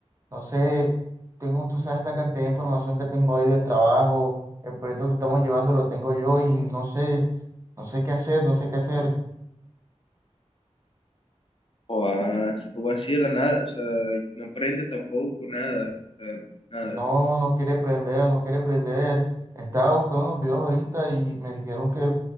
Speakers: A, on the right; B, on the left.
A: No sé, tengo, tú sabes la cantidad de información que tengo ahí del trabajo, el proyecto que estamos llevando lo tengo yo y no sé, no sé qué hacer, no sé qué hacer.
B: O ah, se pongo así de la nada, o sea, no aprende tampoco nada, o sea, nada.
A: No, no quiere prender, no quiere prender. Estaba buscando unos videos ahorita y me dijeron que